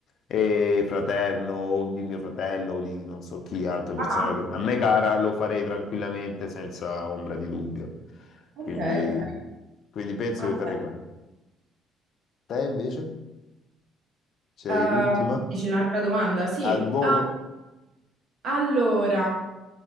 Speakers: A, on the left (about 50°); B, on the right (about 55°).
A: e fraterno o di mio fratello o di non so chi, altra persona
B: Ah,
A: che- a me cara, lo farei tranquillamente senza ombra di dubbio.
B: Ok,
A: Quindi,
B: ok.
A: quindi penso
B: Ah,
A: che farei quello. Te invece? C'hai
B: eh,
A: l'ultima?
B: dici un'altra domanda? Sì.
A: Al volo?
B: Ah, allora.